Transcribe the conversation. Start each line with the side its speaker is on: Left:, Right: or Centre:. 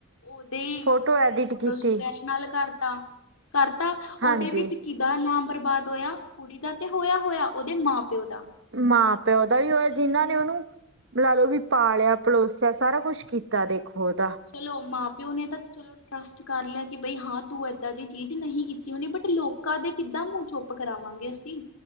Left: ਉਦੇ
Right: ਫੋਟੋ
Left: ਕੁਛ
Right: ਐਡਿਟ
Left: ਫੋਟੋਸ
Right: ਕੀਤੀ
Left: ਵਗੈਰਾ ਨਾਲ ਕਰਤਾ, ਕਰਤਾ
Right: ਹਾਂਜੀ
Left: ਉਦੇ ਵਿੱਚ ਕਿਦਾ ਨਾਮ ਬਰਬਾਦ ਹੋਇਆ ਕੁੜੀ ਦਾ ਤੇ ਹੋਇਆ-ਹੋਇਆ ਉਦੇ ਮਾਂ ਪਿਓ ਦਾ।
Right: ਮਾਂ ਪਿਓ ਦਾ ਈ ਹੋਇਆ ਜਿਨਾਂ ਨੇ ਉਨੂੰ ਲਾ ਲੋ ਵੀ ਪਾਲਿਆ ਪਲੋਸਿਆ ਸਾਰਾ ਕੁਛ ਕੀਤਾ ਦੇਖੋ ਉਦਾ।
Left: ਚਲੋ ਮਾਂ ਪਿਓ ਨੇ ਤਾਂ ਚਲੋ ਟਰਸਟ ਕਰ ਲਿਆ ਕਿ ਬਈ ਹਾਂ ਤੂੰ ਏਦਾਂ ਦੀ ਚੀਜ਼ ਨਹੀਂ ਕੀਤੀ ਹੋਨੀ ਬਟ ਲੋਕਾਂ ਦੇ ਕਿੱਦਾਂ ਮੂੰਹ ਚੋ ਪ ਕਰਾਵਾਂਗੇ ਅਸੀਂ।